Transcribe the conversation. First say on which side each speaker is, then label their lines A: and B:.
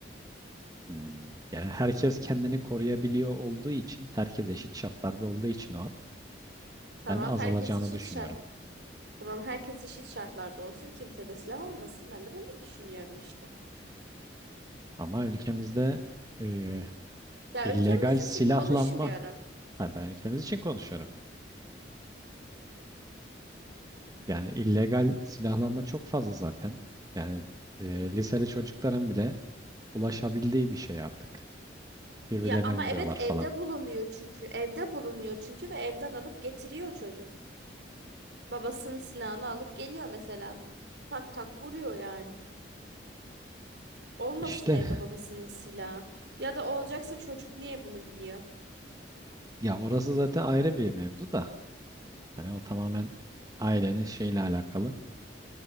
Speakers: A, on the right (about 20°); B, on the right (about 65°).
A: Hmm. Yani herkes kendini
B: Hı hı.
A: koruyabiliyor olduğu için, herkes eşit şartlarda olduğu için o an
B: Tamam
A: ben azalacağını
B: herkes eşit
A: düşünüyorum.
B: şart. Tamam herkes eşit şartlarda olsun. Kimse de silah olmasın. Ben de böyle düşünüyorum işte.
A: Ama ülkemizde e,
B: Ya
A: illegal
B: ülkemiz
A: silahlanma,
B: için konuşmuyorum.
A: ha, ben ülkemiz için konuşuyorum Yani illegal silahlanma çok fazla zaten. Yani e,
B: Hı hı.
A: liseli çocukların bile ulaşabildiği bir şey artık. Birbirlerine
B: Ya ama
A: vuruyorlar
B: evet
A: falan.
B: evde bulunuyor çünkü. Evde bulunuyor çünkü ve evden alıp getiriyor çocuk. Babasının silahını alıp geliyor mesela. Tak tak vuruyor yani. Olmasın
A: İşte
B: Eda babasının silahı. Ya da olacaksa çocuk niye bunu biliyor?
A: ya orası zaten ayrı bir mevzu da. Hani o tamamen ailenin şeyle alakalı.